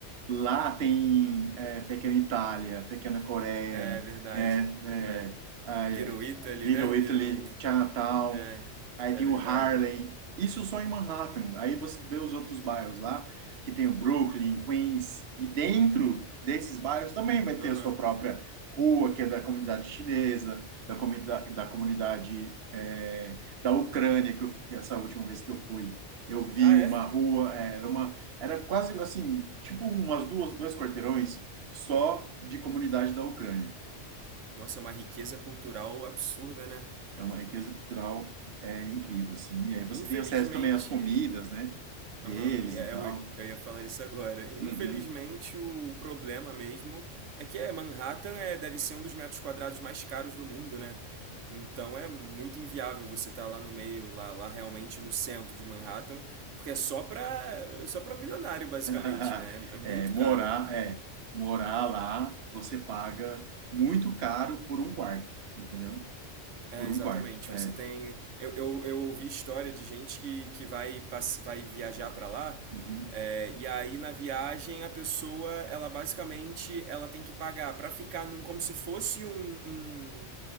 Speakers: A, on the right; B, on the right.
A: Lá tem é, Pequena Itália, Pequena Coreia,
B: É verdade,
A: né?
B: é verdade.
A: É, ah,
B: Little
A: é,
B: Italy,
A: Little
B: né? Little.
A: Italy, Chinatown,
B: É,
A: aí
B: é
A: tem
B: verdade.
A: o Harlem. Isso só em Manhattan. Aí você vê os outros bairros lá, que tem o Brooklyn, Queens, e dentro desses bairros também vai ter
B: Aham.
A: a sua própria rua, que é da comunidade chinesa, da comunidade, da comunidade é, da Ucrânia, que eu- essa última vez que eu fui, eu vi
B: Ah,
A: uma
B: é?
A: rua, é, era uma era quase assim, tipo umas duas, dois quarteirões só de comunidade da Ucrânia.
B: Nossa, é uma riqueza cultural absurda, né?
A: É uma riqueza cultural é, incrível, assim. E aí você
B: Infelizmente,
A: tem acesso também às comidas, né? Deles
B: Aham, e é,
A: e tal.
B: eu, eu ia falar isso agora.
A: Uhum.
B: Infelizmente, o problema mesmo é que é, Manhattan é, deve ser um dos metros quadrados mais caros do mundo, né? Então é muito inviável você estar lá no meio, lá, lá realmente no centro de Manhattan, porque é só pra, é só pra milionário, basicamente,
A: <laughs>
B: né? É é muito
A: É, morar,
B: caro.
A: é, morar lá, você paga muito caro por um quarto, entendeu?
B: É,
A: Por
B: exatamente.
A: um quarto, é.
B: Você tem. Eu, eu, eu ouvi história de gente que, que vai, passe... vai viajar para lá.
A: Uhum.
B: é, e aí na viagem a pessoa ela basicamente ela tem que pagar para ficar num como se fosse um, um-